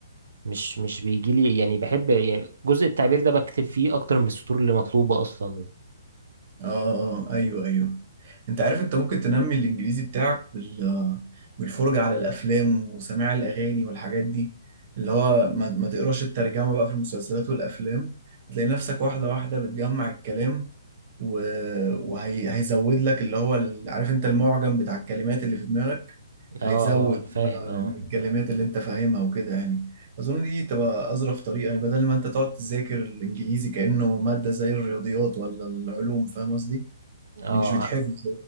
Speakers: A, on the right; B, on the right.
A: مش مش بيجي لي يعني بحب يعني جزء التعبير ده بكتب فيه اكتر من السطور اللي مطلوبه اصلا
B: اه اه آه، ايوه ايوه انت عارف انت ممكن تنمي الانجليزي بتاعك بال... بالفرجة على الافلام وسماع الاغاني والحاجات دي اللي هو ما... ما تقراش الترجمة بقى في المسلسلات والافلام هتلاقي نفسك واحدة واحدة بتجمع الكلام وهيزود لك اللي هو ال- عارف انت المعجم بتاع الكلمات اللي في دماغك هيزود
A: اه اه انا فاهم
B: بقى
A: اه
B: من الكلمات اللي انت فاهمها وكده يعني اظن دي تبقى اظرف طريقه يعني بدل ما انت تقعد تذاكر الانجليزي كانه ماده زي الرياضيات ولا العلوم فاهم قصدي
A: اه
B: يعني مش بيتحفظ